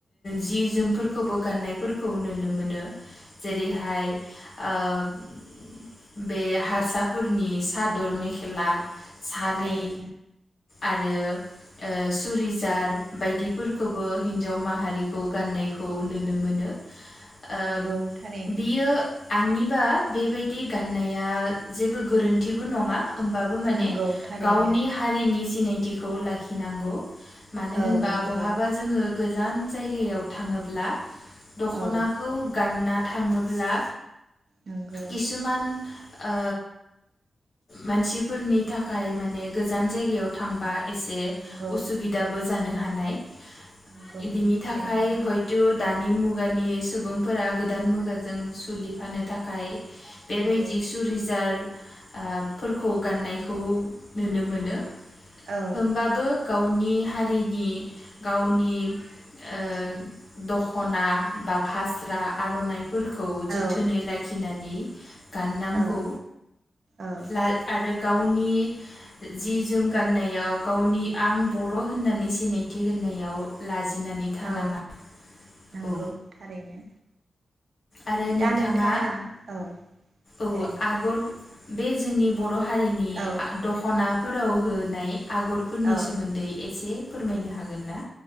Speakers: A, on the left (about 55°); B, on the right (about 60°).
A: जि जोम फोरखौबो गाननायफोरखौ नुनो मोनो जेरैहाय ओ बे हारसाफोरनि सादर मेखेला सारि
B: थारैनो
A: आरो ओ सुरिजार बायदिफोरखौबो हिन्जाव माहारिखौ गाननाय खौ नुनो मोनो। ओ
B: नंगौ थारैनो
A: बियो आंनिबा बेबायदि गाननाया जेबो गोरोन्थिबो नंङा होमबाबो माने
B: नंगौ थारैनो
A: गावनि हारिनि सिनायथिखौ लाखिनांगौ। मानो
B: औ
A: होनबा
B: नंगौ
A: बहाबा जोंङो गोजान जायगायाव थांङोब ब्ला दख'नाखौ
B: औ
A: गानना थांङोब्ला
B: नंगौ
A: खिसुमान ओ मानसिफोरनि थाखाय माने गोजान जायगायाव थांबाय एसे
B: नंगौ
A: उसुबिदाबो जानो हानाय बिनि
B: नंगौ थारैनो
A: थाखाय हयथ दानि मुगानि सुबुंफोरा गोदान मुगाजों सुलिफानो थाखाय बेबायदि
B: नंगौ
A: सुरिजार ओ फोरखौ गाननायखौ नुनो मोनो।
B: औ
A: होमबाबो गावनि हारिनि गावनि ओ दखना बा फास्रा आर'नाइ फोरखौ जोथोनै
B: औ
A: लाखिनानै गाननांगौ
B: औ औ
A: लाल‌ आरो गावनि जि जोम गाननायाव गावनि आं बर होननानै सिनायथि होननायाव लाजि जिनानै थानाङा
B: औ नंगौ
A: औ
B: थारैनो
A: आरो नोंथाङा
B: दा औ
A: औ
B: दे
A: आगर बे जोंनि बद र' हारिनि
B: औ
A: दख'ना फोराव होनाय आगरफोरनि
B: औ
A: सोमोन्दै एसे फोरमायनो हागोन ना?